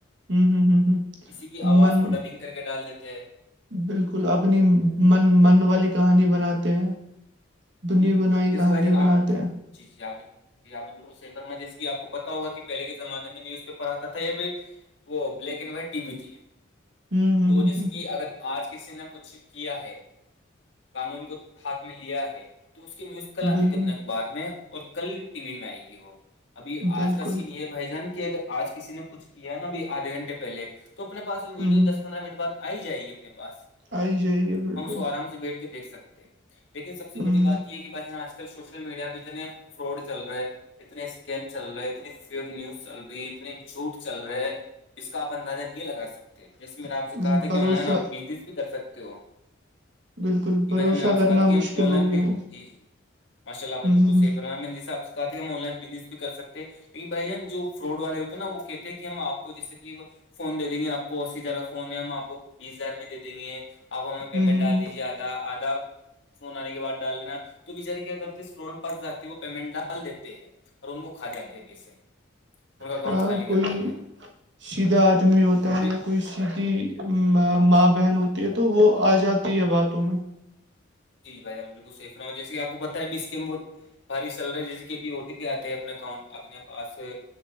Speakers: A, on the right; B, on the left.
A: ہوں ہوں ہوں
B: کسی کی آواز
A: من
B: کو ڈبنگ کر کے ڈال دیتے
A: بالکل اپنی من من والی کہانی بناتے ہیں
B: ہیں
A: بنی بنائی
B: جیسے
A: کہانی
B: بھائی جان
A: بناتے
B: آپ
A: ہیں
B: جی جی آدے جی آپ نے بالکل شیکرما جیسے کہ آپ کو پتا ہوگ کہ پہلے کے زمانے میں نیوز پیپر آتا تھا یا پھر وہ black and white T V تھی
A: ہوں ہوں
B: تو
A: ہوں
B: جیسے کہ اگر آپ آج کسی نے کچھ کیا ہے قانون کو ہاتھ میں لیا ہے تو اس کی نیوز
A: ہوں
B: کل آتی
A: بالکل
B: تھی اپنے اخبار میں اور کل ٹی وی میں آئے گی وہ ابھی
A: بالکل
B: آج کا سین یہ مائیجان کی اگر آج کسی نے کچھ یہ نا اب آدھے گھنٹ پہے تو اپنے پاس ویڈیو
A: ہوں ہوں
B: دس پندرہ منٹ بد آ ہی جائے گی اپنے پاس پاس
A: آئی جائے گی بالکل
B: ہم اس کو آرام سے بیٹھ کے دیکھ سکتے ہیں لیکن سب سے
A: ہوں
B: بڑی بات یہ ہے کہ بھائی آج کل سوشل میڈیا پہ اتنے فراڈ چل رہے ہیں اتنے اسکیم چل رہے اتنی فیب نیوز چل رہی اتنے جھوٹ چل رہے ہے اس کا آپ اندازہ نہیں لگا سکتے جیسے میں نے آپ
A: ہوں
B: سے کہا تھا کہ
A: بھروسہ
B: آن لائن آپ بزنس بھی کر سکتے ہو
A: بالکل بھروسہ
B: بس میں نے آپ
A: کرنا
B: سے کہ تھا کیا ہم
A: مشکل
B: آن لائن
A: ہو گیا
B: جی
A: ہے
B: جی ماشاء اللہپ نے
A: ہوں
B: بالکل صیف
A: ہوں
B: فر ہے میں نے جس آپ سے کہا تھا کہ ہم آن لائن بزنس بھی کر سکتے ہیں لن بھائی جان جو فراڈ والے ہوتے ہیں نا وہ کہتے ہیں کہ ہم آ کو جیسے کہ فون دے د گ آپ کو اسی طرح کا فون ہے ہم آپ کو بیس ہزار میں دے دیں گے آپ ہمیں
A: ہوں
B: پیمنٹ
A: ہوں ہوں ہوں
B: ڈال دیجیے آ آدھا فون آنے کے بعد ڈال دینا تو بچارے کیا کرتے فرون پاس جاتے وہ پیمنٹ ڈال دیتے ہیں اور ان کو کھا جاتے ہیں پیسے ان کا اکاؤنٹ
A: ہاں
B: خالی
A: کوئی
B: کر دیتے ہیں
A: سیدھا آدمی ہوتا
B: ابھی
A: ہے یا کوئی سیدھی ماں بہن ہوتی ہے تو وہ آ جاتی ہے باتوں میں
B: جی بائی بالکل سیف رہ ہ جیسے آپ کو پتا ہے بھی اسکم بھاری سل رہی ہے جیسے کہ اب او ٹی پی آتے ہے اپنے اکاؤنٹ اپنے پاس